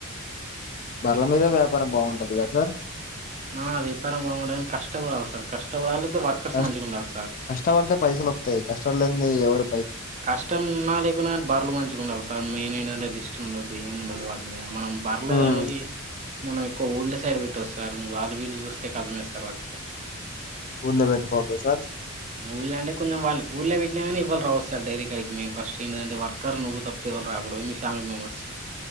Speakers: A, on the left; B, on the right.
A: బరల మీద వ్యాపారం బాగుంటది కదా సార్
B: ఆ వ్యాపారం బాగుండదని కష్టపడాలి సార్ కష్టపడాలి లేకపోతే వర్కర్స్
A: కష్ట
B: మంచిగా ఉండాలి సార్
A: కష్టపడుతే పైసలు వస్తాయి కష్టపడలే ఇవ్వరు
B: కష్టం ఉన్నా లేకున్నా బర్రెలు మంచిగా ఉండాలి సార్ మెయిన్ ఏంటంటేది ఉన్న బియ్యం వాడుమ మనం బర్లేదనేది
A: ఉమ్,
B: మనం ఎక్కువ ఊళ్ళ సైడ్ పెట్టొస్త సార్ వాళ్ళు వీళ్ళు చూస్తే కథమే సార్ వాటిని
A: ఊల్లో పెట్టుకోవద్దా సార్
B: ఊళ్ళ అంటె కొంచెం ఊళ్ళ విట్నా కానీ ఇవ్వళ రావచ్చ సార్ డైరీ కడికి మేన్ ఫస్ట్ ఏంటంటే వర్కర్ నువ్వు తప్పి ఇవ్వళ రాకూడదు మీ ఫ్యామిలీ మెంబర్స్